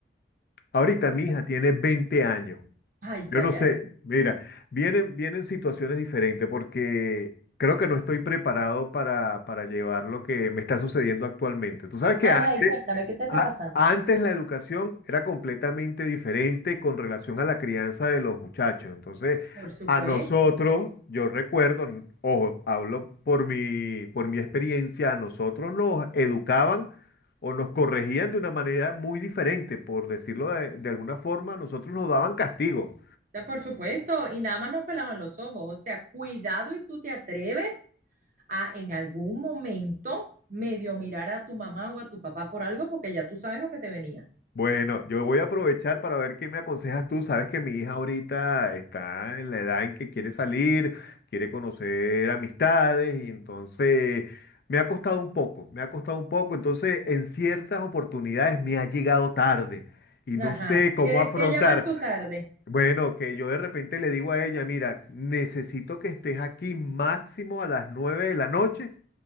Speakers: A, on the left; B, on the right.
A: ahorita
B: Cuéntame.
A: mi hija tiene 20 años.
B: Ay,
A: Yo
B: ay,
A: no sé,
B: ay.
A: mira, vienen, vienen situaciones diferentes porque creo que no estoy preparado para, para llevar lo que me está sucediendo actualmente. Tú sabes que
B: Ajá,
A: antes
B: y cuéntame, ¿qué te está
A: A-
B: pasando?
A: Antes la educación era completamente diferente con relación a la crianza de los muchachos. Entonces,
B: Por supuesto,
A: a nosotros, yo recuerdo, n- ojo, hablo por mi, por mi experiencia, a nosotros nos educaban o nos corregían de una manera muy diferente, por decirlo de, de alguna forma, a nosotros nos daban castigo.
B: ya por supuesto, y nada más nos pelaban los ojos, o sea, cuidado y tú te atreves a en algún momento medio mirar a tu mamá o a tu papá por algo porque ya tú sabes lo que te venía.
A: Bueno, yo voy a aprovechar para ver qué me aconsejas tú. Sabes que mi hija ahorita está en la edad en que quiere salir, quiere conocer amistades y entonces me ha costado un poco, me ha costado un poco. Entonces, en ciertas oportunidades me ha llegado tarde y no
B: Ajá,
A: sé cómo
B: ¿qué,
A: afrontar.
B: qué llamas tú tarde?
A: Bueno, que yo de repente le digo a ella, mira, necesito que estés aquí máximo a las 9 de la noche